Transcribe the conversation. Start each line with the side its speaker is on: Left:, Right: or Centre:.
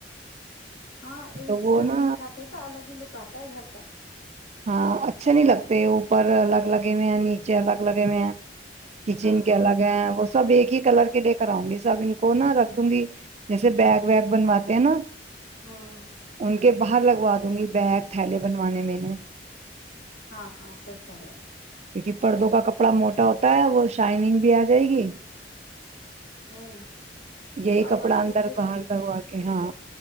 Left: ہاں ایک
Right: تو وہ
Left: سے
Right: نا
Left: لگ جاتے ہیں تو الگ ہی لک آتا ہے گھر کا
Right: ہاں اچھے نہیں لگتے اوپر الگ لگے ہوئے ہیں نیچے الگ لگے ہوئے ہیں کچن
Left: ہاں
Right: کے الگ ہیں وہ سب ایک ہی کلر کے لے کر آؤں گی سب ان کو نا رکھ دوں گی جیسے بیگ ویگ بنواتے ہیں نا
Left: ہاں
Right: ان کے باہر لگوا دوں گی بیگ تھیلے بنوانے میں نے
Left: ہاں ہاں صحی کر رہے ہو
Right: کیونکہ پردوں کا کپڑا موٹا ہوتا ہے وہ شائننگ بھی آ جائے گی
Left: ہو ہوں
Right: یہی
Left: اور
Right: کپڑا
Left: مضبوط
Right: اندر
Left: بھی رہیں
Right: برتا
Left: گے
Right: ہوا کہ ہاں